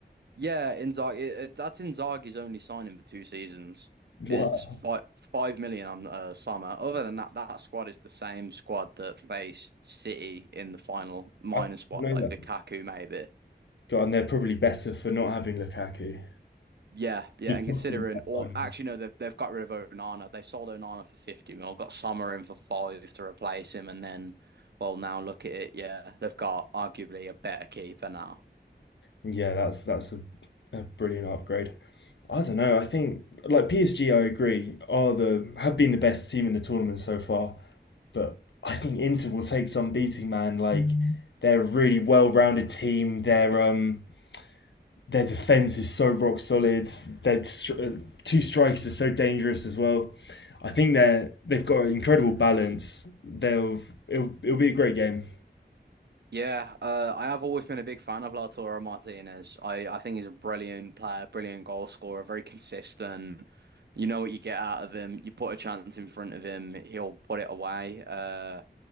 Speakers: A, on the right; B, on the left.
A: Yeah, Inzaghi. It, it, that's Inzaghi's only signing for two seasons
B: wow,
A: is five five million on uh, summer. Other than that, that squad is the same squad that faced City in the final, minus
B: I
A: what
B: didn't
A: like
B: know that.
A: Lukaku maybe.
B: God, and they're probably better for not having Lukaku.
A: Yeah, yeah.
B: He
A: And considering
B: cost them that
A: all,
B: one.
A: actually no, they've they've got rid of Onana. They sold Onana for fifty mil, got Summer in for five to replace him, and then well now look at it. Yeah, they've got arguably a better keeper now.
B: Yeah, that's that's a, a brilliant upgrade. I don't know. I think like PSG, I agree, are the have been the best team in the tournament so far. But I think Inter will take some beating, man. Like they're a really well-rounded team. They're um Their defense is so rock solid. Their stri- two strikers are so dangerous as well. I think they're they've got an incredible balance. They'll it'll, it'll be a great game.
A: Yeah, uh, I have always been a big fan of Lautaro Martinez. I, I think he's a brilliant player, brilliant goal scorer, very consistent. You know what you get out of him. You put a chance in front of him, he'll put it away. Uh,